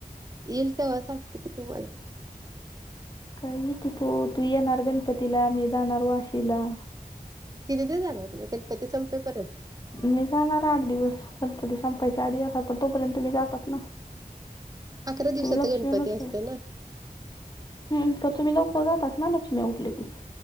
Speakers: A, on the right; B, on the left.
A: येल तेवा सागतिक तुम्हाला.
B: काही तिथू तू येणार गणपतीला मी जाहणार वाशीला.
A: किती दि झाणार तुम्ही गणपती संपे परत?
B: मी जाणार आठ दिवस गणपती संपायच्या आधी आ पण तोपर्यंत मी जातात ना.
A: अकरा दिवसाचा
B: तुम्ही लक्ष्मी
A: गणपती
B: होटल.
A: असतोय ना
B: हम तर तुम्ही लवकर जातात ना लक्ष्मी उठली की.